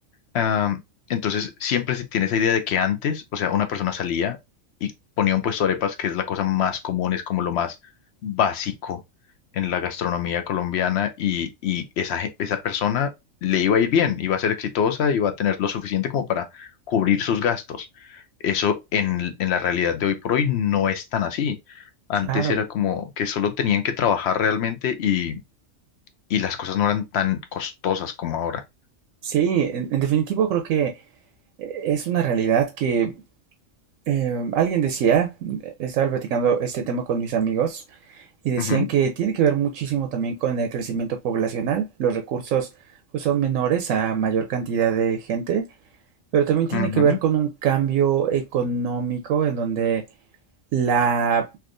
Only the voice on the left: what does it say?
Am, entonces, siempre se tiene esa idea de que antes, o sea, una persona salía y ponía un puesto de arepas, que es la cosa más común, es como lo más básico en la gastronomía colombiana, y, y esa, ge- esa persona le iba a ir bien, iba a ser exitosa, iba a tener lo suficiente como para cubrir sus gastos. Eso en, en la realidad de hoy por hoy no es tan así. Antes
era como que solo tenían que trabajar realmente y, y las cosas no eran tan costosas como ahora.
Ujú,
ujú,